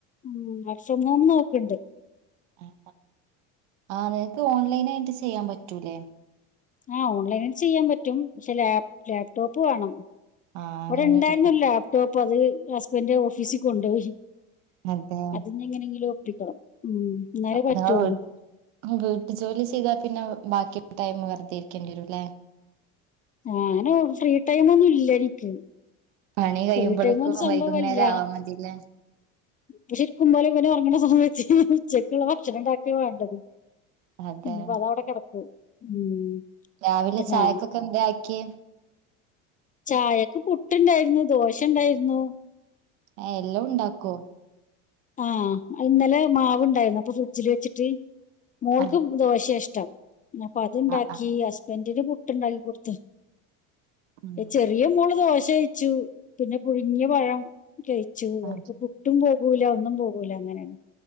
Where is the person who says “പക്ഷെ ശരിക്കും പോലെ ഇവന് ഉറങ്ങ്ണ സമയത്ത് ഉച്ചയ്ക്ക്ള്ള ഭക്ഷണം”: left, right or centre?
Left